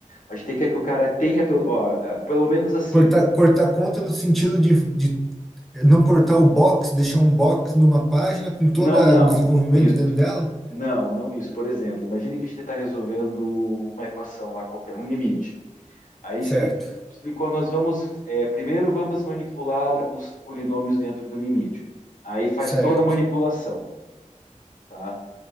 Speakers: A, on the left; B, in the centre.
A: A gente quer que o cara tenha, pelo- ó, é, pelo menos assim,
B: Cortar, cortar conta no sentido de, de não cortar o box, deixar um box numa página com todo
A: não,
B: o
A: não,
B: desenvolvimento
A: não isso,
B: dentro dela?
A: não, não isso. Por exemplo, imagine que a gente está resolvendo uma equação lá qualquer, um limite. Aí
B: Certo,
A: expli- explicou, nós vamos, é, primeiro vamos manipular os polinômios dentro do limite. Aí faz
B: certo,
A: toda a manipulação, tá?